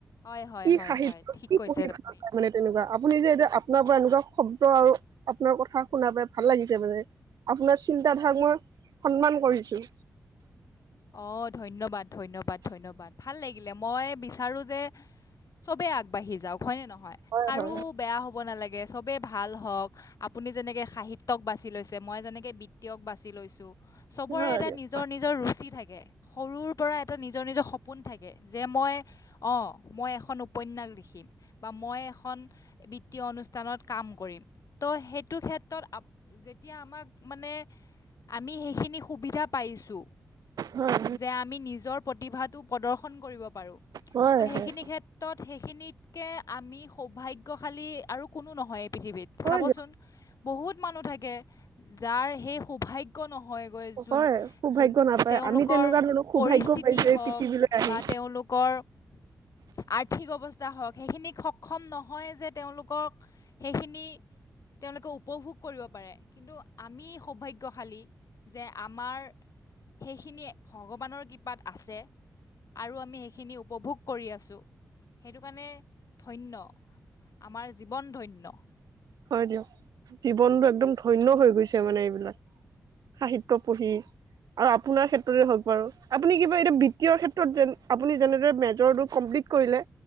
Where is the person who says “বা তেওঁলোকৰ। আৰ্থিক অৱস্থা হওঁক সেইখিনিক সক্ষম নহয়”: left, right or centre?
Left